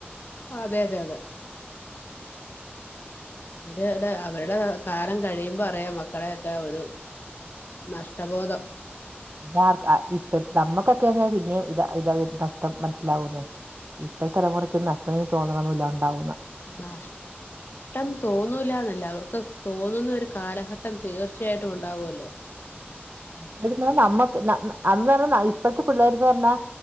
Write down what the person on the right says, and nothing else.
താർക് ഇപ്പ നമ്മക്കൊക്കെന്ന് പിന്നേം ഇത ഇത നഷ്ടം മനസ്സിലാവുന്നേ. ഇപ്പോഴ തലമുറക്ക് നഷ്ട്ടം തോന്ന്ണൊ ന്നുല്ല ഉണ്ടാവൂല
<unintelligible> നമ്മക്ക് ന്ന ന്ന അന്ന് അർഞ്ഞ ഇപ്പഴത്തെ പിള്ളേര്ന്ന് പറഞ്ഞാ